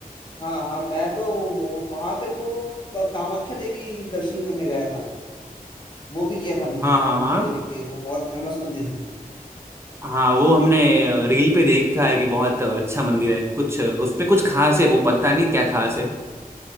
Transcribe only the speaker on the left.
हाँ हाँ मैं तो वहां पे तो ब- कामाख्या देवी दर्शन करने गया था वो भी किया था मैंने
कामाख्या
देवी के वो बहुत फेमस मंदिर है